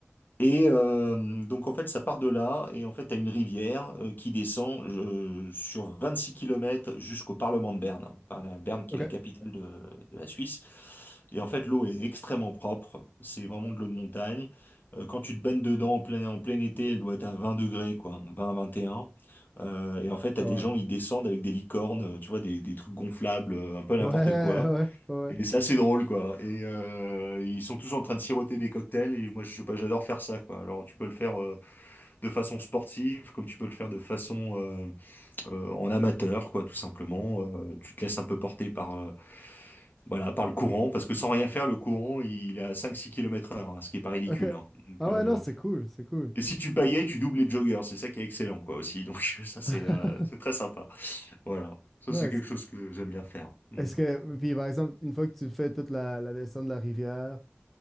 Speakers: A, on the left; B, in the centre.
A: Et euh, donc en fait ça part de là et en fait t'as une rivière euh, qui descend euh, sur six kilomètres jusqu'au Parlement de Berne, hein. Enfin, la Berne qui
B: OK,
A: est la capitale de, de la Suisse. Et en fait l'eau est extrêmement propre, c'est vraiment de l'eau de montagne. Euh, quand tu te baignes dedans en plein, en plein été, elle doit être à vingt degrés quoi, 20, 21. Euh, et en fait t'as
B: ça
A: des
B: va.
A: gens ils descendent avec des licornes, euh, tu vois des, des trucs gonflables, euh, un peu n'importe
B: Ouais,
A: quoi.
B: <laughs> ouais, ouais, ouais.
A: Et c'est assez drôle, quoi. Et euh, ils sont tous en train de siroter des cocktails. Et moi, je sais pas, j'adore faire ça, quoi. Alors, tu peux le faire euh, de façon sportive, comme tu peux le faire de façon euh, euh, en amateur, quoi, tout simplement. Euh, tu te laisses un peu porter par, euh, voilà, par le courant, parce que sans rien faire, le courant, il est à 5-6 km heure, hein, ce qui est pas ridicule.
B: OK.
A: hein. Donc,
B: Ah
A: euh,
B: ouais, non, c'est cool, c'est cool.
A: Et si tu paillais tu doubles les joggers. C'est ça qui est excellent, quoi, aussi. Donc, <laughs> ça, c'est
B: <laughs>
A: euh, c'est très sympa. Voilà. Ça,
B: Non,
A: c'est
B: est-ce
A: quelque chose que j'aime bien faire. Hmm.
B: est-ce que, puis par exemple, une fois que tu fais toute la, la descente de la rivière,